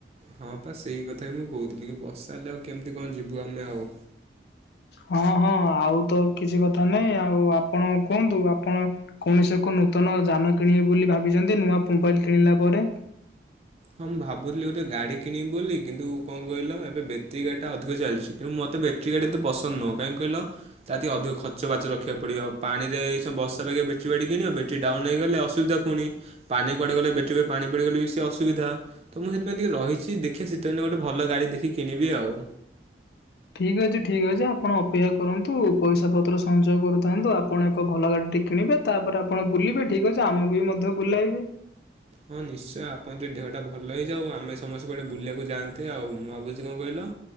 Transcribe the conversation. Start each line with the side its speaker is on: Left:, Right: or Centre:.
Right: ହଁ ପା ସେଇ କଥା ହିଁ ମୁଁ କହୁଥିଲି କି ବର୍ଷା ହେଲେ ଆଉ କେମିତି କଣ ଯିବୁ ଆମେ ଆଉ?
Left: ହଁ ହଁ ଆଉ ତ କିଛି କଥା ନାହିଁ ଆଉ ଆପଣ କୁହନ୍ତୁ ଆପଣ କୌଣସି ଏକ ନୂତନ ଯାନ କିଣିବବି ବୋଲି ଭାବିଛନ୍ତି, ନୂଆ ମୋବାଇଲ କିଣିଲା ପରେ?
Right: ହଁ ମୁଁ ଭାବୁଥିଲି ଗୋଟେ ଗାଡ଼ି କିଣିବି ବୋଲି କିନ୍ତୁ କଣ କହିଲ ଏବେ ବେତେରୀ ଗାଡ଼ିଟା ଅଧିକ ଚାଲିଛି। କିନୁ ମୋତେ ବେଟିରି ଗାଡ଼ି ଏତେ ପସନ୍ଦ ନୁହଁ କାଇଁ କହିଲ? ତା ଟିକେ ଅଧିକ ଖର୍ଚ୍ଚ ବାର୍ଚ୍ଚ ରଖିବାକୁ ପଡିବ। ପାଣିରେ ଏଇ ବର୍ଷା ପାଗେ ବେଟ୍ରି ବାଡି କିଣିବ ବେଟ୍ରି ଡାଉନ ହେଇଗଲେ ଅସୁବିଧା ପୁଣି, ପାଣି କୁଆଡେ ଗଲେ ବେଟ୍ରି ରେ ପାଣି ପଡିଗଲେ ବି ସେ ଅ ଅସୁବିଧା। ତ ମୁଁ ସେଥିପାଇଁ ଟିକେ ରହିଛି ଦେଖେ ଶୀତଦିନେ ଗୋଟେ ଭଲ ଗାଡ଼ି ଦେଖି କିଣିବି ଆଉ।
Left: ଠିକ୍ ଅଛି ଠିକ୍ ଅଛି ଆପଣ ଅପେକ୍ଷା କରନ୍ତୁ, ପଇସା ପତ୍ର ସଞ୍ଚୟ କରୁଥାନ୍ତୁ, ଆପଣ ଏକ ଭଲ ଗାଡ଼ିଟେ କିଣିବେ। ତାପରେ ଆପଣ ବୁଲିବେ। ଠିକ ଅଛି ଆମକୁ ବି ମଧ୍ୟ ବୁଲାଇବେ।
Right: ହଁ ନିଶ୍ଚୟ। ଆପଣଙ୍କ ଟିକେ ଦେହଟା ଭଲ ହେଇଯାଉ। ଆମେ ସମସ୍ତେ କୁଆଡେ ବୁଲିବାକୁ ଯାଆନ୍ତେ ଆଉ। ମା ଭାବୁଛି କଣ କହିଲ?